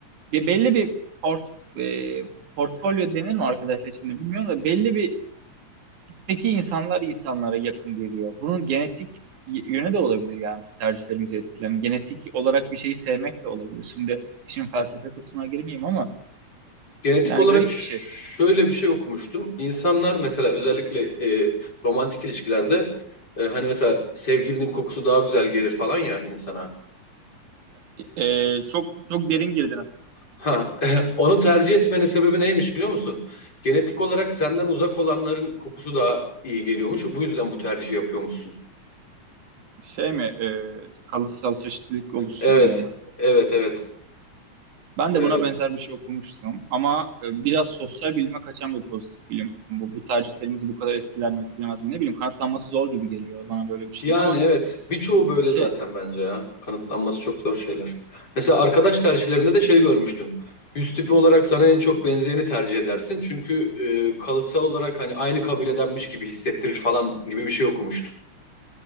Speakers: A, on the right (about 80°); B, on the left (about 30°).
A: bir belli bir port e, portfolyo denir mi arkadaş seçimine bilmiyorum da belli bir Peki insanlar insanlara yakın geliyor. Bunun genetik y- yönü de olabilir yani tercihlerimizi etkilen. Genetik olarak bir şeyi sevmek de olabilir. Şimdi işin felsefe kısmına girmeyeyim ama
B: Genetik
A: yani
B: olarak
A: garip
B: şöyle
A: bir şey.
B: bir şey okumuştum. İnsanlar mesela özellikle e, romantik ilişkilerde e, hani mesela sevgilinin kokusu daha güzel gelir falan ya insana.
A: E, e, çok çok derin girdin.
B: Ha, <laughs> onu tercih etmenin sebebi neymiş biliyor musun? Genetik olarak senden uzak olanların kokusu daha iyi geliyormuş. Bu yüzden bu tercihi yapıyormuşsun.
A: Şey mi e, kalıtsal çeşitlilik oluşsun
B: Evet,
A: diye mi?
B: evet, evet.
A: Ben
B: E,
A: de buna benzer bir şey okumuştum ama e, biraz sosyal bilime kaçan bir pozitif bilim. Bu, bu tercihlerimizi bu kadar etkiler mi etkilemez mi ne bileyim kanıtlanması zor gibi geliyor bana böyle bir şeyin
B: Yani
A: ama
B: evet. Birçoğu böyle
A: şey
B: zaten bence ya. Kanıtlanması çok zor şeyler. Mesela arkadaş tercihlerinde de şey görmüştüm. Yüz tipi olarak sana en çok benzeyeni tercih edersin. Çünkü e, kalıtsal olarak hani aynı kabiledenmiş gibi hissettirir falan gibi bir şey okumuştum.